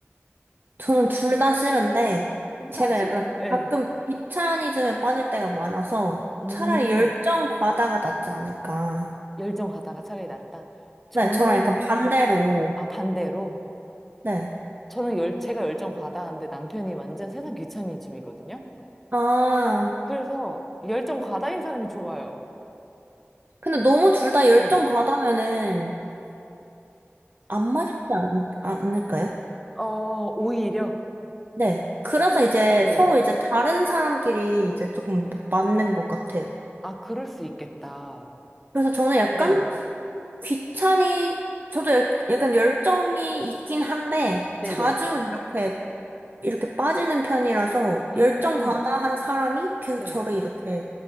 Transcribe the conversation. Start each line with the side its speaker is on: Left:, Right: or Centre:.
Right: 저는 둘 다 싫은데
Centre: 그럼
Right: 제가
Centre: 다 싫어.
Right: 약간
Centre: 예
Right: 가끔 귀차니즘에 빠질 때가 많아서
Centre: 음,
Right: 차라리 열정 과다가 낫지 않을까.
Centre: 열정 과다가 차라리 낫다. 저는,
Right: 네 저랑 약간 반대로
Centre: 아, 반대로.
Right: 네.
Centre: 저는 열, 제가 열정 과다한데 남편이 완전 세상 귀차니즘이거든요.
Right: 아
Centre: 그래서 열정 과다인 사람이 좋아요.
Right: 근데 너무 둘 다 열정
Centre: 예
Right: 과다면은 안 맞지 않, 않을까요?
Centre: 어, 오히려.
Right: 네. 그래서
Centre: 근,
Right: 이제
Centre: 네.
Right: 서로 이제 다른 사람끼리 이제 조금 맞는 것 같아요.
Centre: 아, 그럴 수 있겠다.
Right: 그래서 저는 약간
Centre: 네.
Right: 귀찮이, 저도 약- 약간 열정이 있긴 한데
Centre: 네네.
Right: 자주 이렇게 이렇게 빠지는 편이라서
Centre: 음,
Right: 열정 과다한 사람이 계속
Centre: 네.
Right: 저를 이렇게